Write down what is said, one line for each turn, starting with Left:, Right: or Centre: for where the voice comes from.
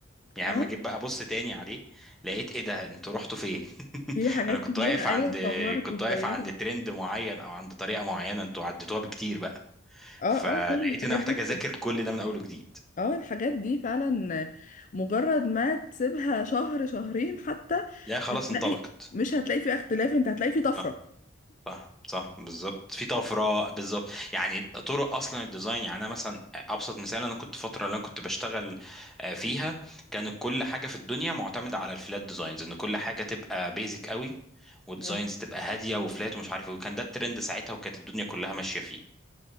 Centre: يعني
Left: اه
Centre: اما جيت بقى ابص تاني عليه لقيت ايه ده انتوا رحتوا فين <laughs>
Left: في حاجات
Centre: انا كنت
Left: كتير
Centre: واقف
Left: ايوه
Centre: عند
Left: اتطورت
Centre: كنت
Left: واتغيرت
Centre: واقف عند ترند معين او عند طريقه معينه انتوا عديتوها بكتير بقى
Left: اه
Centre: فلقيت
Left: اه كل الحاجات
Centre: ان انا محتاج اذاكر
Left: دي
Centre: كل ده من اول وجديد
Left: اه الحاجات دي فعلا مجرد ما تسيبها شهر شهرين حتى
Centre: لا خلاص
Left: هتلاقي
Centre: انطلقت
Left: مش هتلاقي فيه اختلاف انت هتلاقي فيه طفرة
Centre: صح صح صح بالظبط في طفره بالظبط يعني طرق اصلا الديزاين يعني انا مثلا ابسط مثال انا كنت فتره اللي انا كنت بشتغل آه، فيها كانت كل حاجه في الدنيا معتمده على الفلات ديزاينز ان كل حاجه تبقى بيزك قوي وديزاينز
Left: اه
Centre: تبقى هاديه وفلات ومش عارف ايه وكان ده الترند ساعتها وكانت الدنيا كلها ماشيه فيه